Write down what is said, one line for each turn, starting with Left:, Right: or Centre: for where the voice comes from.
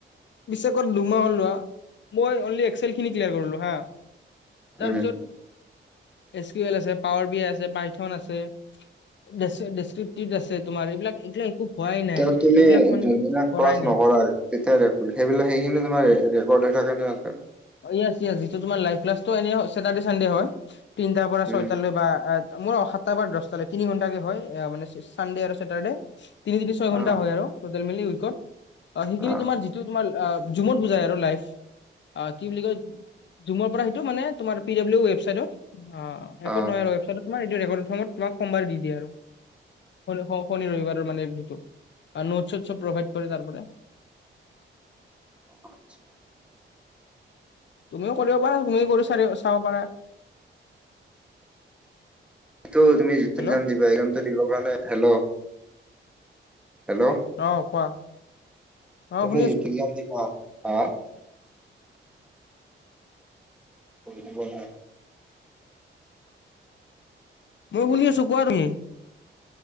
Left: পিছে কত দুমাহ হলোৱা মই অনলি এক্সেল খিনি ক্লিয়াৰ কৰিলো হা
Centre: উম
Left: তাৰপিছত এচ কিউ এল আছে, পাৱাৰ বি আই আছে, পাইথন আছে ডেচ ডেচক্ৰিপ্টিত আছে তোমাৰ এইবিলাক এ একো হোৱাই নাই
Centre: তেওঁ
Left: ৰে
Centre: তুমি
Left: এইবিলাক মানে
Centre: যোনদিনা
Left: কৰাই
Centre: ক্লাছ
Left: নাই
Centre: নকৰা তেতিয়া ৰে সেইবিলাক সেইখিনি তোমাৰ ৰেকৰ্ড হৈ থাক ানে <unintelligible>
Left: অ য়েচ য়েচ যিটো তোমাৰ লাইভ ক্লাছটো এনে চেটাৰ্ডে চানডে হয়। তিনটাৰ পৰা
Centre: উম
Left: ছয়টালৈ বা মোৰ অসা টা বাৰ দচটালৈ তিনি ঘন্টাকে হয় এ মানে চানডে আৰু ছেটাৰডে, তিনি তিনি ছয় ঘন্টা
Centre: অ
Left: হয় আৰু টোটেল মিলি উইকট, সেইখিনি
Centre: অ
Left: তোমাৰ যিটো তোমাৰ আ জুমত বুজাই আৰু লাইফ। অ কি বুলি কয় জুমৰ পৰা সেইটো মানে তোমাৰ পি ডাব্লিউ ৱেবচাইটত অ এপত
Centre: অ
Left: নহয় আৰু ৱেবছাইটত তোমাৰ এইটো ৰেকৰ্ডৰ সময়ত তোমাক সোমবাৰ দি দিয়ে আৰু। শ শনি ৰবিবাৰৰ মানে এই বিটো আৰু নোট চোট চব প্ৰভাইড কৰে তাৰ পৰা। <unintelligible>
Centre: অ আচ্ছা।
Left: তুমিও কৰিব পাৰা তুমি কৰি চাৰি চাব পাৰা।
Centre: সেইটো তুমি যিটো
Left: হেল্ল'
Centre: একজাম দিবা একজামটো দিবৰ কাৰণে হেল্ল? হেল্ল'
Left: অহ কোৱা? অ
Centre: তুমি
Left: শুনি
Centre: যিটো ইকজাম দিবা হা? ফুৰিব না।
Left: মই শুনি আছো কোৱা তুমি?